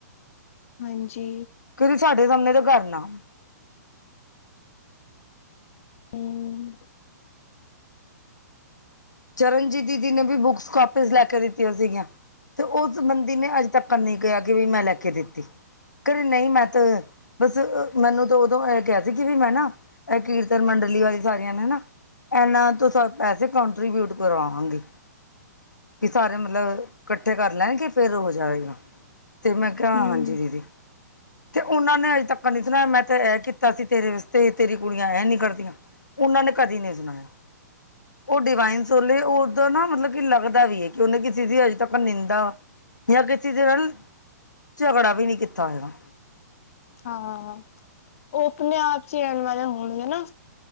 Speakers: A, on the left; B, on the left.
A: ਹਾਂਜੀ
B: ਕਦੀ ਸਾਡੇ ਸਾਮਣੇ ਤੇ ਕਰ ਨਾ।
A: ਹੂੰ
B: ਚਰਨਜੀਤ ਦੀਦੀ ਨੇ ਵੀ ਬੁੱਕਸ ਕਾਪਿਸ ਲੈ ਕੇ ਦਿੱਤੀਆਂ ਸੀਗੀਆਂ। ਤੇ ਉਸ ਬੰਦੀ ਨੇ ਅੱਜ ਤੱਕ ਨੀ ਕੇਆ ਕਿ ਵੀ ਮੈਂ ਲੈ ਕੇ ਦਿੱਤੀ ਘਰੇ ਨਈ ਮੈਂ ਤੇ ਬਸ, ਮੈਨੂੰ ਤਾਂ ਉਦੋਂ ਐ ਕੇਆ ਸੀ ਵੀ ਮੈਂ ਨਾ ਐ ਕੀਰਤਨ ਮੰਡਲੀ ਵਾਲੀ ਸਾਰੀਆਂ ਨੇ ਨਾ ਐਨਾਂ ਤੋਂ ਸ ਪੈਸੇ ਕਾਂਟ ਰੀਬਿਊਟ ਕਰਵਾਵਾਂਗੀ। ਕਿ ਸਾਰੇ ਮਤਲਬ ਕੱਠੇ ਕਰ ਲੈਣਗੇ ਫੇਰ ਹੋ ਜਾਵੇਗਾ। ਤੇ ਮੈਂ ਕੇਆ
A: ਹੂੰ
B: ਹਾਂਜੀ ਦੀਦੀ। ਤੇ ਓਨਾਂ ਨੇ ਅੱਜ ਤੱਕ ਨੀ ਸੁਣਾਇਆ ਮੈਂ ਤੇ ਐ ਕੀਤਾ ਸੀ ਤੇਰੇ ਆਸਤੇ ਤੇ ਤੇਰੀ ਕੁੜੀਆਂ ਐ ਨੀ ਕਰਦੀਆਂ। ਓਨਾਂ ਨੇ ਕਦੀ ਨੀ ਸੁਣਾਯਾ ਓ ਡਿਵਾਈਨ ਸੋਲ ਏ ਉਦਾ ਨਾ ਮਤਲਬ ਕਿ ਲੱਗ ਤਾ ਵੀ ਏ ਕਿ ਉਨੇ ਕਿਸੇ ਦੀ ਅਜੇ ਤੱਕ ਨਿੰਦਾ, ਜਾਂ ਕਿਸੇ ਦੀ ਨਾਲ ਝਗੜਾ ਵੀ ਨਈ ਕੀਤਾ ਹੈਗਾ।
A: ਹਾਂ, ਉ ਆਪਣੇ ਆਪ ਚ ਈ ਰੈਣ ਵਾਲੇ ਹੋਣਗੇ ਨਾ।